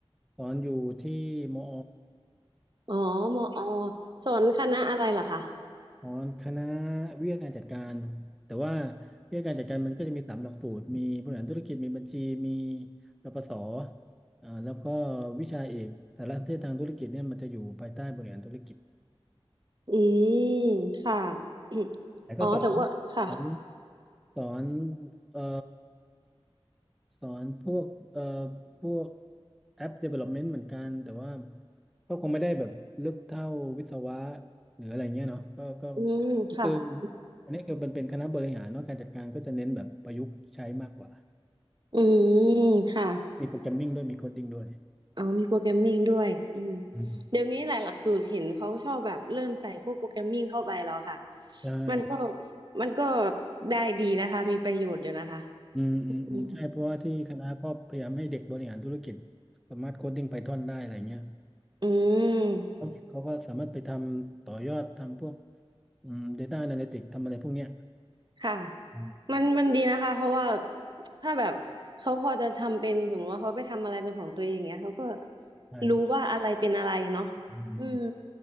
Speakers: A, in the centre; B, on the right (about 50°).
A: ตอนอยู่ที่มอ
B: อ๋อมอสอนคณะอะไรเหรอคะ
A: อ๋อคณะวิทยาการจัดการแต่ว่าวิทยาการจัดการมันก็จะมีสามหลักสูตรมีบริหารธุรกิจมีบัญชีมีรปศอ่าแล้วก็วิชาเอกสารสนเทศทางธุรกิจเนี่ยมันจะอยู่ภายใต้บริหารธุรกิจ
B: อืมค่ะ <coughs> <clears throat>
A: แต่ก็สอน
B: อ๋อแต่ว่าค่ะ
A: สอนสอนเอ่อ สอนพวกเอ่อพวกแอป development เหมือนกันแต่ว่าก็คงไม่ได้แบบลึกเท่าวิศวะหรืออะไรเงี้ยเนาะก็ก็
B: อืมค่ะ
A: คืออันนี้คือมันเป็นคณะบริหารเนาะการจัดการก็จะเน้นแบบประยุกต์ใช้มากกว่า
B: อืมค่ะ
A: มีโปรแกรมมิ่งด้วยมีโคดดิ้งด้วย
B: อ๋อมีโปรแกรมมิ่งด้วยอืม
A: อืม
B: เดี๋ยวนี้หลายหลักสูตรเห็นเขาชอบแบบเริ่มใส่พวกโปรแกรมมิ่งเข้าไปแล้วค่ะ
A: ใช่
B: มันก็มันก็ได้ดีนะคะมีประโยชน์อยู่นะคะ
A: อืมอืมอืมใช่เพราะว่าที่คณะก็พยายามให้เด็กบริหารธุรกิจ
B: อืม
A: สามารถโคดดิ้งไพทอนได้อะไรเงี้ย
B: อืม
A: เขาเขาก็สามารถไปทำต่อยอดทำพวกอืม Data Analytics ทำอะไรพวกเนี้ย
B: ค่ะ
A: อืม
B: มันมันดีนะคะเพราะว่าถ้าแบบเขาพอจะทำเป็นสมมติว่าเขาไปทำอะไรเป็นของตัวเองอย่างเงี้ยเขาก็
A: ใช่
B: รู้ว่าอะไรเป็นอะไรเนาะ
A: อืม
B: อืม